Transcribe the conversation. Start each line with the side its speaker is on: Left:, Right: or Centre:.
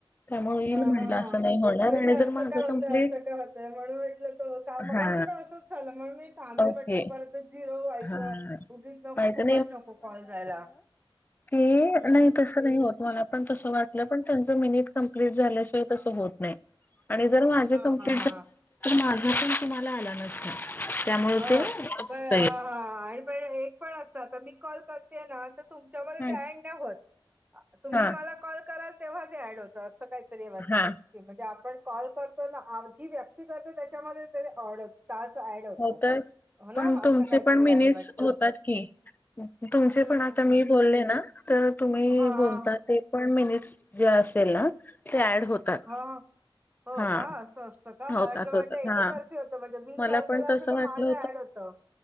Left: त्यामुळे येईल
Right: हा हा
Left: म्हणलं
Right: मी
Left: असं नाही होणार
Right: म्हटलं
Left: आणि
Right: असं
Left: जर माझं
Right: काय होतय
Left: कंप्लीट
Right: असं काय होतय म्हणून म्हटलं तर मगाशी
Left: हा
Right: पण असंच झालं मंग मी थांबले
Left: ओके
Right: म्हटलं परत ते झिरो व्हायचं
Left: हा
Right: उगीच नको
Left: पाहिजे
Right: फुकट नको कॉल जायला.
Left: कि
Right: हम्म
Left: नाही तसं क नाही होत मला पण तस वाटलं पण त्यांच मिनिट कंपलीट झाल्याशिवाय तसं होत नाही. आणि जर माझे
Right: हम्म
Left: कंप्लीट
Right: हा हा
Left: झाला
Right: हा
Left: <inaudible> माझा पण तुम्हाला आला नसणार. त्यामुळे
Right: हा
Left: ते.
Right: प हा
Left: <inaudible>
Right: हा आणि पहिले हे एक पण असतं आता मी कॉल कर ते ना तर तुमच्याकडे
Left: हा
Right: ते ऍड नाही होत तुम्ही
Left: हा
Right: मला कॉल कराल तेव्हा ते ऍड होत. तर असं काहीतरी वाटतं
Left: हा
Right: सिस्टिम म्हणजे आपण कॉल करतो ना आजी वै ती करते त्याच्यामध्ये ते ओड टास्क ऍड होतो.
Left: हो तर
Right: हो ना
Left: पण तुमचे
Right: असं काहीतरी
Left: पण मिनिट्स
Right: आहे वाटतं
Left: होतात की. तुमचे
Right: हम्म
Left: पण आता
Right: हम्म
Left: मी
Right: हम्म
Left: बोलले ना तर तुम्ही
Right: हा
Left: बोलतात
Right: हा
Left: ते पण मिनिट्स जे असेल ना ते ऍड होतात.
Right: हा हा. हो
Left: हा
Right: का असं असतं का मला
Left: होतात
Right: वाटलं
Left: होतात
Right: एकतर्फी
Left: हा
Right: होतं म्हणजे मी
Left: मला
Right: कॉल
Left: पण
Right: केला
Left: तसं
Right: असं तर
Left: वाटलं
Right: माझा ऍड होतं.